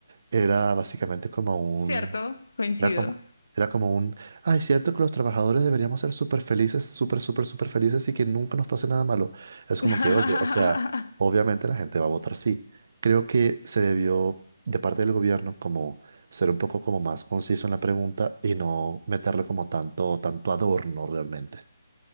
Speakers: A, on the right (about 45°); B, on the left (about 70°).
A: Era básicamente como un
B: Cierto, coincido.
A: era como, era como un, ay, es cierto que los trabajadores deberíamos ser súper felices, súper, súper, súper felices y que nunca nos pase nada malo. Es como
B: <laughs>
A: que, oye, o sea, obviamente la gente va a votar sí. Creo que se debió, de parte del gobierno, como ser un poco como más conciso en la pregunta y no meterle como tanto, tanto adorno realmente.